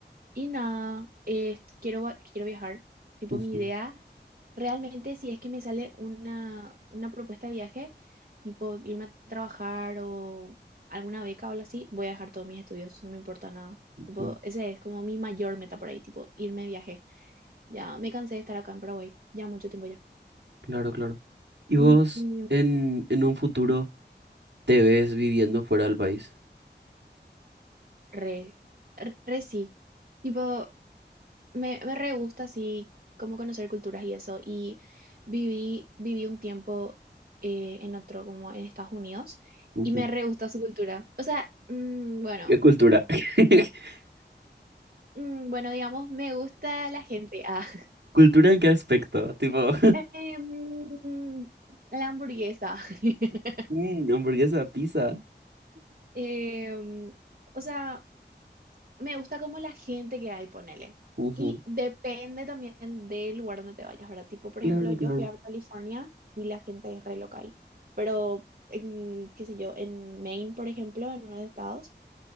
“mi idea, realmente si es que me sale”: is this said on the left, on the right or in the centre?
Right